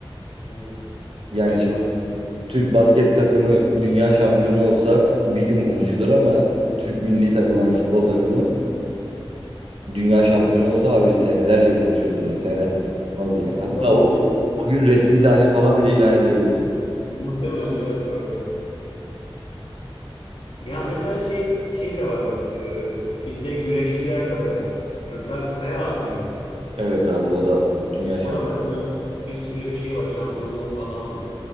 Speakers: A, on the left (about 85°); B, on the right (about 80°).
A: Evet.
B: Yani
A: Ee,
B: şimdi Türk basket takımı dünya şampiyonu olsa bir gün konuşulur ama Türk milli takımı yani futbol takımı dünya şampiyonu olsa abi biz senelerce konuşuruz bunu. Senelerce konuşulmaz yani. Hatta
A: doğru,
B: o
A: doğru.
B: gün, o gün resmi tatil falan bile ilan edilebilir.
A: Muhtemelen evet doğru. Ya mesela şey şey de var bak e, bizde güreşçiler de var. Rıza Kaya ad mıydı?
B: Evet abi o da dünya şampiyonu.
A: O da mesela bir sürü şey var, şampiyonluğu falan var.